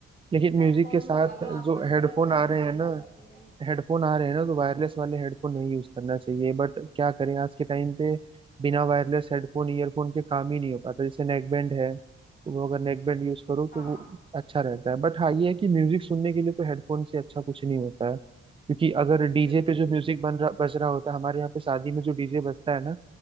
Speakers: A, on the right; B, on the left.
A: लेकिन म्यूजिक
B: हेडफोन्स
A: के साथ
B: लगा लो आंख
A: जो
B: बंद
A: हेडफोन
B: करो अपने
A: आ
B: आप
A: रहे
B: नींद
A: हैं ना
B: आ जाती है
A: हेडफोन आ रहे हैं ना तो वायरलेस वाले हेडफोन नहीं यूज करना चाहिए बट क्या करें आज के टाइम पे बिना वायरलेस हेडफोन ईयरफोन के काम ही नहीं हो पाता जैसे नेक बैंड है तो वो अगर नेक बैंड यूज करो
B: हाँ
A: तो वो अच्छा रहता है बट हाँ ये है कि म्यूजिक सुनने के लिए तो हेडफोन से अच्छा कुछ नहीं होता है क्योंकि अगर डीजे
B: बिल्कुल
A: पे जो म्यूजिक बन रहा बज रहा होता है हमारे यहाँ पे शादी में जो डीजे बजता है ना